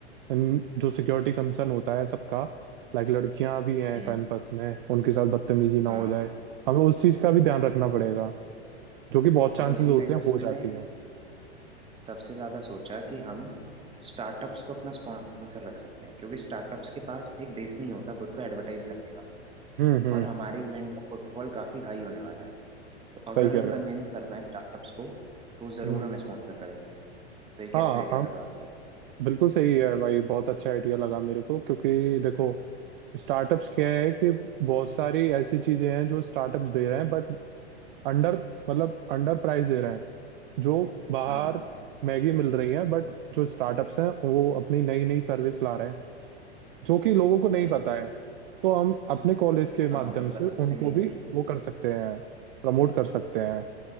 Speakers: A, on the right (about 50°); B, on the right (about 15°).
A: इन- जो सिक्योरिटी कंसर्न होता है सबका लाइक लड़कियां भी हैं
B: हम्म
A: कैंपस में उनके साथ बदतमीजी ना
B: हाँ
A: हो जाए
B: वही
A: हमें उस चीज का भी ध्यान रखना पड़ेगा जो कि बहुत चांसेस
B: और इसी
A: होते
B: इवेंट
A: हैं
B: के
A: हो
B: लिए
A: जाती
B: मैंने
A: है
B: सबसे ज़्यादा सोचा कि हम स्टार्टअप्स को अपना स्पॉन्सर रख सकते हैं क्योंकि स्टार्टअप्स के पास एक बेस नहीं होता खुद को एडवर्टाइज करने का
A: हम्म हम्म
B: और हमारे इवेंट का फुटफॉल काफ़ी हाई होने वाला है तो अगर
A: सही कह
B: हम
A: रहे हो
B: कन्विंस कर पाए स्टार्टअप्स को तो ज़रूर
A: हम्म
B: हमें स्पॉन्सर करेंगे तो ये कैसा
A: हाँ
B: आइडिया
A: हम
B: लगा आपको
A: बिल्कुल सही है भाई बहुत अच्छा आइडिया लगा मेरे को क्योंकि देखो स्टार्टअप्स क्या है कि बहुत सारी ऐसी चीजें हैं जो स्टार्टअप्स दे रहे हैं बट अंडर मतलब अंडर प्राइस दे रहे हैं जो बाहर
B: हाँ
A: मैगी मिल रही है बट जो स्टार्टअप्स हैं वो अपनी नई नई सर्विस ला रहे हैं जो कि लोगों को नहीं
B: वही
A: पता है तो हम अपने कॉलेज के माध्यम
B: हाँ उनका
A: से
B: सबसे
A: उनको
B: मेन
A: भी
B: वही है
A: वो कर सकते हैं प्रमोट कर सकते हैं